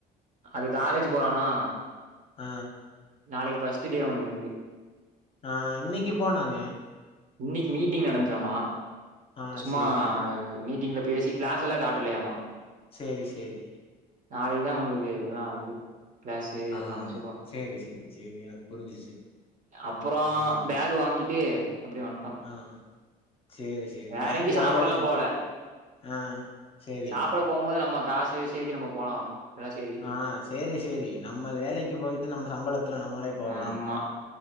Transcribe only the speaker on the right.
அது காலேஜ் போறோனோ
நாளைக்கு ஃபஸ்ட் டே ஒண்ணுது
இன்னைக்கு மீட்டிங் நடஞ்சாமா
சும்மா
அது மீட்டிங்ல பேசி கிளாஸ் எல்லா காட்டலையாமா
நாளைக்குதா உங்களுக்கு எல்லாம் வந்து பிளாசு
எல்லாமே சொல்லுவாங்
அப்பறம்
பேகு வாங்கிட்டு அப்டியே வந்ட்டோ
வேற
எங்கயு சாப்படலா
போல
சாப்பட போம்போது நம்ம காசு சேத்தி நம்ம போலா எல்லா சேத்திட்டு
ஆமா